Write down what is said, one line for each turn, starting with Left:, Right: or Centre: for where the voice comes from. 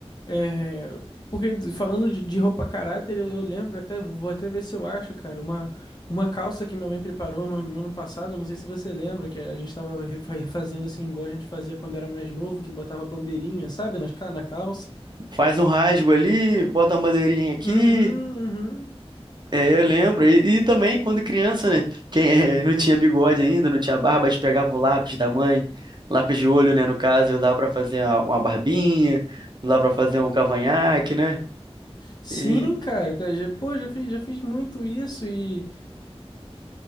Left: É, porque falando de, de roupa caráter, eu, eu lembro até, vou até ver se eu acho, cara, uma, uma calça que minha mãe preparou no, no ano passado, não sei se você lembra, que a gente tava refa- refazendo assim, igual a gente fazia quando era mais novo, que botava bandeirinha, sabe, nas, ca- na calça.
Right: Faz um rasgo ali, bota uma madeirinha aqui.
Left: Uhum, uhum.
Right: É,
Left: Eu-
Right: eu lembro. E, e também quando criança, né? Quem <laughs> eh, não tinha bigode ainda, não tinha barba, a gente pegava o lápis da mãe, lápis de olho, né? No caso, eu usava pra fazer a- uma barbinha, usava pra fazer um cavanhaque, né?
Left: sim,
Right: E
Left: cara, cara, já, pô, já fiz, já fiz muito isso e,